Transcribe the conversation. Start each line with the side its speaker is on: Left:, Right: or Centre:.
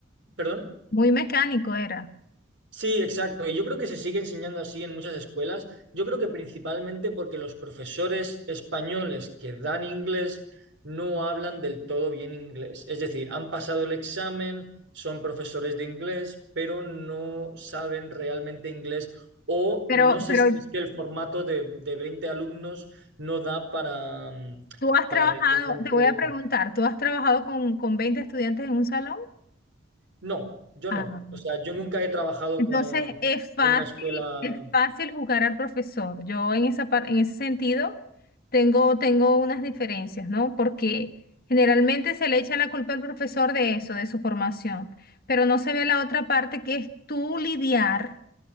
Right: perdón.
Left: Muy mecánico era.
Right: Sí, exacto. Y yo creo que se sigue enseñando así en muchas escuelas. Yo creo que principalmente porque los profesores españoles que dan inglés no hablan del todo bien inglés. Es decir, han pasado el examen, son profesores de inglés, pero no saben realmente inglés o
Left: Pero,
Right: no sé
Left: pero
Right: si es que el formato de, de 20 alumnos no da para, mm,
Left: tú has
Right: para
Left: trabajado,
Right: realmente...
Left: te voy a preguntar, ¿tú has trabajado con, con 20 estudiantes en un salón?
Right: No, yo
Left: Ah.
Right: no. O sea, yo nunca he trabajado
Left: Entonces
Right: con,
Left: es fácil,
Right: en una escuela
Left: es fácil juzgar al profesor. Yo en esa par- en ese sentido tengo, tengo unas diferencias, ¿no? Porque generalmente se le echa la culpa al profesor de eso, de su formación, pero no se ve la otra parte que es tú lidiar